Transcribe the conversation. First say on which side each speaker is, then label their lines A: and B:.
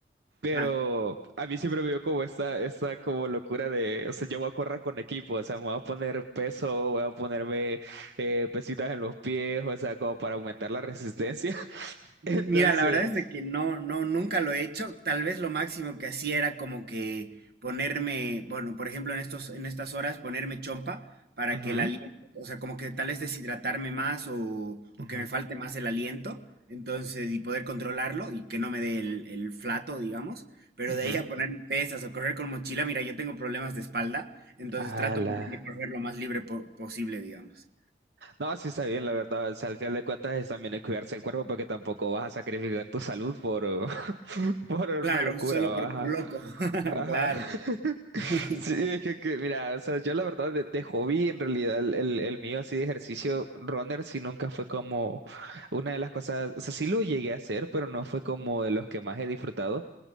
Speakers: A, on the right; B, on the right.
A: pero
B: Ajá.
A: a mí siempre me dio como esta, esta como locura de, o sea, yo voy a correr con equipo, o sea, me voy a poner peso, voy a ponerme eh, pesitas en los pies, o sea, como para aumentar la resistencia. <laughs>
B: Mira,
A: Entonces...
B: la verdad es de que no, no, nunca lo he hecho. Tal vez lo máximo que hacía era como que ponerme, bueno, por ejemplo, en estos, en estas horas, ponerme chompa para
A: Ujú,
B: que el aliento, o sea, como que tal vez deshidratarme más o, o
A: ujú,
B: que me falte más el aliento, entonces, y poder controlarlo y que no me dé el, el flato, digamos. Pero
A: ujú.
B: de ahí a poner pesas o correr con mochila, mira, yo tengo problemas de espalda, entonces
A: Ala.
B: trato más bien de correr lo más libre po- posible, digamos.
A: No, sí está bien, la verdad. O sea, al final de cuentas es también de cuidarse el cuerpo porque tampoco vas a sacrificar tu salud por, <laughs> por una
B: Claro,
A: locura,
B: solo por,
A: ajá.
B: por loco. <laughs>
A: Ajá.
B: Claro.
A: <laughs>
B: <laughs>
A: Sí, es que, que, mira, o sea, yo la verdad de, de hobby, en realidad, el, el, el mío así de ejercicio runner sí nunca fue como una de las cosas, o sea, sí lo llegué a hacer, pero no fue como de los que más he disfrutado.